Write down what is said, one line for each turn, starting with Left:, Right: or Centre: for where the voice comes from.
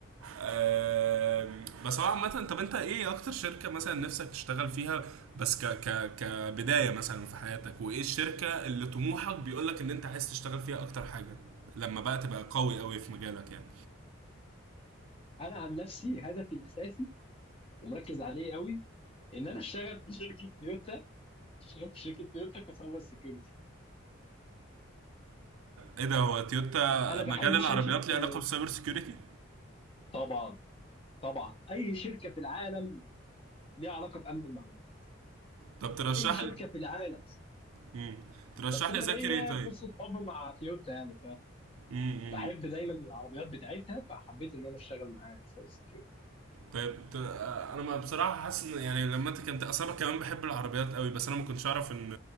Right: آم، بس هو عامة طب انت ايه اكتر شركة مثلا نفسك تشتغل فيها بس ك ك كبداية مثلا في حياتك وايه الشركة اللي طموحك بيقولك ان انت عايز تشتغل فيها اكتر حاجة لما بقى تبقى قوي قوي في مجالك يعني
Left: انا عن نفسي هدفي الاساسي ومركز عليه قوي ان انا اشتغل في شركه تويوتا اشتغل في شركه تويوتا كسايبر سيكيورتي
Right: ايه ده هو تويوتا
Left: انا بحب
Right: مجال العربيات
Left: شركه
Right: ليه علاقة
Left: آه،
Right: بالسايبر سيكيورتي؟
Left: طبعا طبعا اي شركه في العالم ليها علاقه بامن المعلومات
Right: طب ترشح
Left: اي شركه
Right: لي
Left: في العالم
Right: مم. ترشح
Left: بس انا
Right: لي اذاكر
Left: ليا
Right: ايه طيب؟
Left: قصه حب مع تويوتا يعني
Right: مم. مم.
Left: فبحب دايما العربيات بتاعتها فحبيت ان انا اشتغل معاها سايبر سكيورتي
Right: طيب ت- آه، انا ما بصراحه حاسس ان يعني لما انت كنت اصلا كمان بحب العربيات قوي بس انا ما كنتش اعرف ان